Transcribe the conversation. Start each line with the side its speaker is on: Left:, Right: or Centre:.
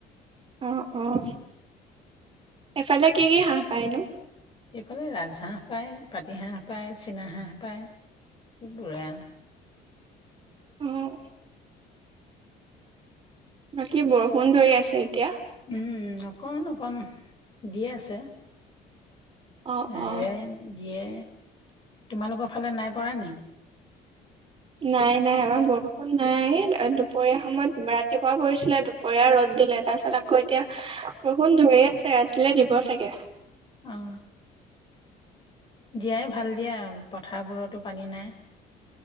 Right: অ', অ' এফালে কি কি হাঁহ পাইনো?
Left: এইফালে ৰাজহাঁহ পায়, পাতিহাঁহ পায়, চীনা হাঁহ পায়, এইবোৰে আৰু।
Right: উম। বাকী বৰষুণ ধৰি আছে, এতিয়া।
Left: উম, অকণ অকণ দি আছে।
Right: অ
Left: এৰে,
Right: অ
Left: দিয়ে, তোমালোকৰ ফালে নাই পৰা নেকি?
Right: নাই, নাই আমাৰ বৰষুণ নাই, দুপৰীয়া সময়ত, ৰাতিপুৱা পৰিছিলে দু পৰিয়া ৰ'দ দিলে, তাৰপিছত আকৌ এতিয়া বৰষুণ ধৰি আছে, ৰাতিলৈ দিব চাগে
Left: অ', দিয়াই ভাল দিয়া। পথাৰবোৰতো পানী নাই।